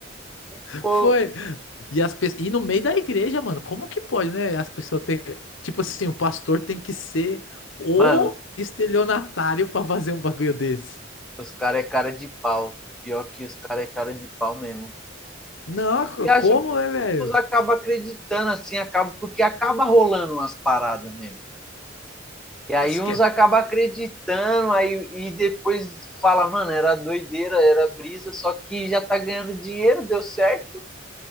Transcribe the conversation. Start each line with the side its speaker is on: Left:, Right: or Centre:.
Centre: e ficou.
Left: Foi. E, as pe... e no meio da igreja, mano, como que pode, né? As pessoas têm. Tipo assim, o pastor tem que ser o
Centre: Mano,
Left: estelionatário pra fazer um bagulho desse.
Centre: Os caras é cara de pau. Pior que os caras é cara de pau mesmo.
Left: Não, co-
Centre: E
Left: como
Centre: acho que
Left: é, velho?
Centre: uns acabam acreditando, assim, acaba, porque acaba rolando umas paradas mesmo. E aí
Left: Isso
Centre: uns
Left: que é...
Centre: acabam acreditando, aí e depois fala, mano, era doideira, era brisa, só que já tá ganhando dinheiro, deu certo.